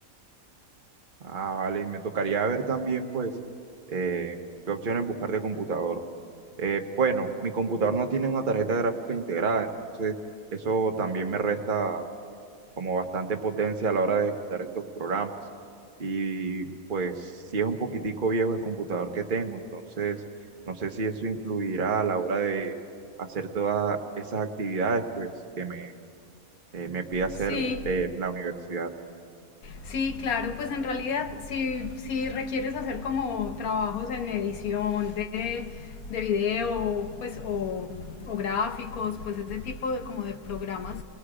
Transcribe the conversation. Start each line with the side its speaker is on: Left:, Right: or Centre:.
Right: Ah, vale, y me tocaría ver también, pues, eh, qué opciones buscar de computador. Eh, bueno, mi computador no tiene una tarjeta gráfica integrada, entonces eso también me resta como bastante potencia a la hora de ejecutar estos programas. Y pues sí es un poquitico viejo el computador que tengo, entonces no sé si eso influirá a la hora de hacer todas esas actividades pues que me, eh, me pide hacer
Left: Sí,
Right: eh, la universidad.
Left: Sí, claro, pues en realidad si, si requieres hacer como trabajos en edición de, de video pues, o, o gráficos, pues ese tipo de, como de programas